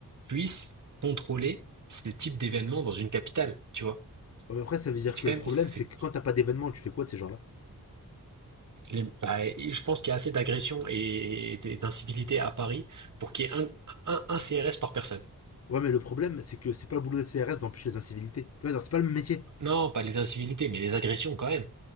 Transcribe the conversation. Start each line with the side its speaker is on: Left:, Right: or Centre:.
Right: puissent contrôler ce type d'événement dans une capitale, tu vois?
Left: Ouais, mais après, ça veut
Right: C'est
Left: dire que
Right: quand
Left: le
Right: même,
Left: problème,
Right: c'est- c'est-
Left: c'est que quand t'as pas d'événement, tu fais quoi de ces gens-là
Right: les- bah, et je pense qu'il y a assez d'agressions et et d'incivilités à Paris pour qu'il y ait un, un, un CRS par personne.
Left: Ouais, mais le problème, c'est que c'est pas le boulot des CRS d'empêcher les incivilités. Tu vois, genre, c'est pas le même métier.
Right: Non, pas les incivilités, mais les agressions quand même.